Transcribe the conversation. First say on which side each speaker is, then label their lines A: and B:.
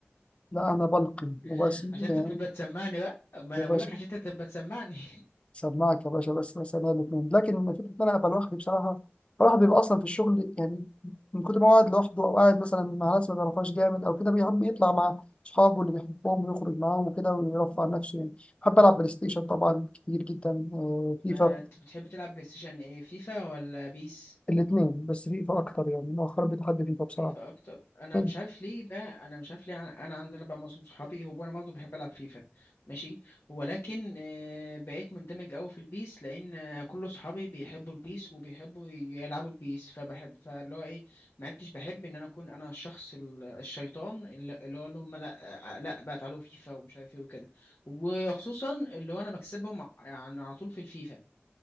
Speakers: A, on the left; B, on the left.
A: لا أنا بلقي وبس
B: <laughs> عشان
A: يعني
B: انت تبقى تسمعني بقى ما
A: يا
B: انا
A: باشا
B: بقول لك عشان انت تبقى تسمعني <laughs>
A: سماعك يا باشا بس مثلا الاثنين لكن لما فكره ان انا ابقى لوحدي بصراحه الواحد بيبقى اصلا في الشغل يعني من كتر ما هو قاعد لوحده او قاعد مثلا مع ناس ما بيعرفهاش جامد او كده بيحب يطلع مع اصحابه اللي بيحبهم ويخرج معاهم وكده ويرفع عن نفسه يعني بحب العب بلاي ستيشن طبعا كتير جدا آه، فيفا
B: آه، ت- بتحب تلعب بلاي ستيشن ايه فيفا ولا بيس
A: الاثنين بس فيفا اكتر يعني مؤخرا بتحب فيفا بصراحه
B: فيفا اكتر انا
A: انت
B: مش عارف ليه بقى انا مش عارف ليه انا أنا عندنا بقى معظم صحابي هو انا برضه بحب العب فيفا ماشي ولكن آه، بقيت مندمج قوي في البيس لان آه، كل صحابي بيحبوا البيس وبيحبوا يلعبوا البيس فبحب فاللي هو ايه ما عدتش بحب ان انا اكون انا الشخص ال- الشيطان اللي اللي هو اللي هم لا آه، لا بقى تعالوا فيفا ومش عارف ايه وكده وخصوصا اللي هو انا بكسبهم ع- يعني على طول في الفيفا